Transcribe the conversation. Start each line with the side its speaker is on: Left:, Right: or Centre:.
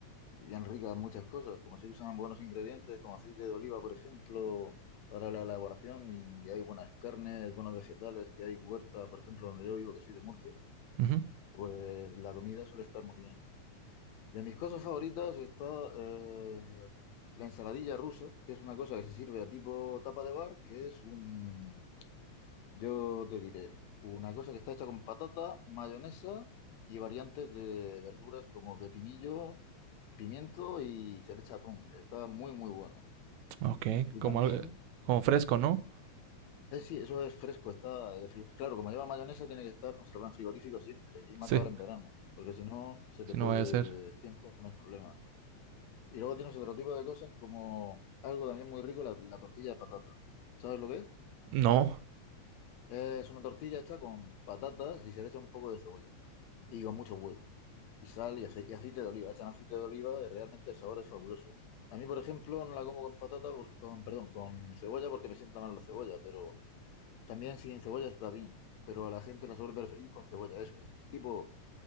Left: y bien rica en muchas cosas. Como se usan buenos ingredientes como aceite de oliva, por ejemplo, para la elaboración y hay buenas carnes, buenos vegetales, que hay huerta, por ejemplo, donde yo vivo, que soy de Murcia,
Right: Ujú.
Left: pues la comida suele estar muy bien. De mis cosas favoritas está eh, la ensaladilla rusa, que es una cosa que se sirve a tipo tapa de bar, que es un Yo te diré una cosa que está hecha con patata, mayonesa y variantes de verduras como pepinillo, pimiento y se le echa atún. Está muy, muy bueno.
Right: Ok,
Left: Y
Right: como
Left: también,
Right: algo- como fresco, ¿no?
Left: eh, sí, eso es fresco, está de fri- Claro, como lleva mayonesa, tiene que estar conservado en frigorífico siempre, y más
Right: Sí,
Left: ahora en verano, porque si no, se
Right: si
Left: te puede
Right: no vaya a ser.
Left: tiempo con el problemas. Y luego tienes otro tipo de cosas como algo también muy rico, la, la tortilla de patata. ¿Sabes lo que es?
Right: No.
Left: Es una tortilla hecha con patatas y se le echa un poco de cebolla. y con mucho huevo. Y sal y, ace- y aceite de oliva. Echan aceite de oliva y realmente el sabor es fabuloso. A mí, por ejemplo, no la como con patata, por- con, perdón, con cebolla porque me sienta mal la cebolla, pero también sin cebolla está bien. Pero a la gente la suele preferir con cebolla. Es un tipo,